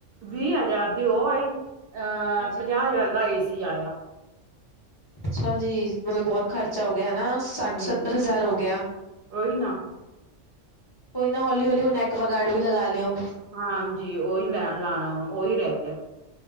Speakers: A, on the right; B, on the left.
A: ਵੀਹ ਹਜ਼ਾਰ ਦੀ ਓ ਆਈ। ਅਹ
B: ਹਾਂਜੀ
A: ਪੰਜਾਹ ਹਜ਼ਾਰ ਦਾ ਏ ਸੀ ਆਇਆ।
B: ਅੱਛਾ ਜੀ, ਮਤਲਬ ਬਹੁਤ ਖਰਚਾ ਹੋ ਗਿਆ ਹਨਾ ਸੱਠ
A: ਹੂੰ,
B: ਸੱਤਰ ਹਜ਼ਾਰ ਹੋ ਗਿਆ।
A: ਉਹੀ ਨਾ
B: ਕੋਈ ਨਾ ਹੌਲੀ ਹੌਲੀ ਹੁਣ ਐਕਵਾਗਾਰੜ ਵੀ ਲਗਾ ਲਿਓ।
A: ਹਾਂਜੀ, ਓਹੀ ਲੈ ਲਾਣਾ ਹੁਣ ਓਹੀ ਰਹਿ ਗਿਆ।